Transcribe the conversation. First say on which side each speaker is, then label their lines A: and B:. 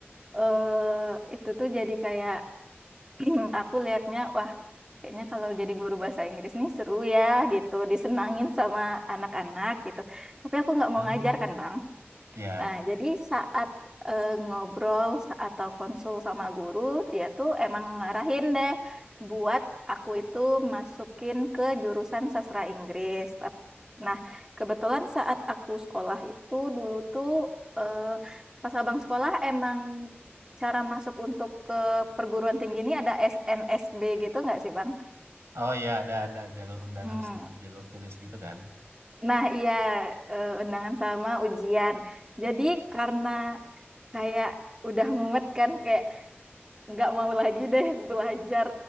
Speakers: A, on the right; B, on the right.
A: eh, itu tuh jadi kayak <clears throat> aku lihatnya wah Kayaknya kalau jadi guru bahasa Inggris nih seru ya gitu, disenangin sama anak-anak gitu. Tapi aku nggak mau
B: hmm,
A: ngajar kan, Bang.
B: ya.
A: Nah, jadi saat eh, ngobrol sa- atau konsul sama guru, dia tuh emang ngarahin deh buat aku itu masukin ke jurusan sastra Inggris. Tap- Nah, kebetulan saat aku sekolah itu dulu tuh eh, pas abang sekolah emang cara masuk untuk ke perguruan tinggi ini ada SNSB gitu nggak sih, Bang?
B: Oh ya, ada ada jalur undangan
A: Hmm.
B: sama jalur tulis gitu kan.
A: Nah, iya eh, undangan sama ujian. Jadi karena kayak udah mumet kan kayak nggak mau lagi deh belajar